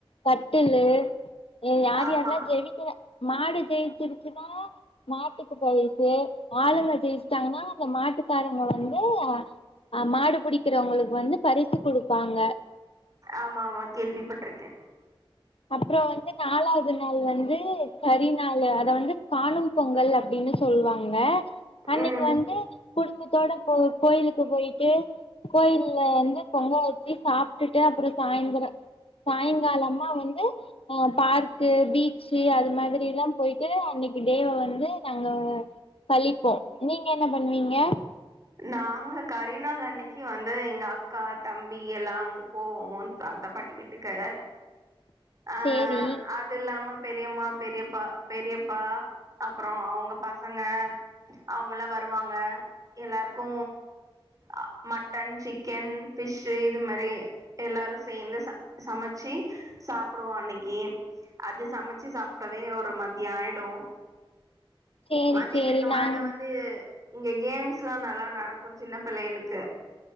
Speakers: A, on the left; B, on the right.
A: கட்டில்லு ஏ யார்
B: ஆமா
A: யாரெல்லா ஜெவி க்கிற மாடு ஜெயிச்சிருச்சுன்னா மாட்டுக்கு பயசு ஆளுங்க ஜெய்ச்சிட்டாங்கன்னா இந்த மாட்டுக்காரங்க வந்து அ மாடு பிடிக்கிறவங்களுக்கு வந்து பரிசு குடுப்பாங்க
B: ஆமாமா கேள்விப்பட்டிருக்க
A: அப்பறோ வந்து நாலாவது நாள் வந்து கரி நாள் அத வந்து காணும் பொங்கல் அப்டின்னு சொல்வாங்க அன்னைக்கு
B: ம்
A: வந்து குடும்பத்தோட போ ஒரு கோயிலுக்கு போயிட்டு கோயில்ல வந்து பொங்க வச்சு சாப்ட்டுட்டு அப்றோ சாய்ந்திரோ சாயங்காலமா வந்து அ பார்க்கு பீச்சு அது மாதிரில்லா போயிட்டு அன்னைக்கு டேவ வந்து நாங்க கழிப்போ நீங்க என்ன பண்ணுவீங்க
B: நாங்க கரிநாள் அன்னைக்கு வந்து எங்க அக்கா தம்பி எல்லாங்கு போவோ தாத்தா பாட்டி வீட்டுக்கு ஆ
A: சேரி
B: அ து இல்லாம பெரியம்மா பெரியப்பா பெரியப்பா அப்பறோ அவங்க பசங்க அவங்கலா வருவாங்க எல்லாருக்கு அ மட்டன் சிக்கன் ஃபிஷ்ஷு இது மாரி எல்லாரு சேர்ந்து ச சமைச்சு சாப்புடுவோ அன்னைக்கு அது சமச்சு சாப்டவே ஒரு மதியோ ஆயிடு
A: சேரி
B: மதியத்துக்கு
A: சேரி நாங்
B: மேல வந்து இங்க கேம்ஸ் எல்லா நல்லா நடக்கு சின்ன பிள்ளைகளுக்கு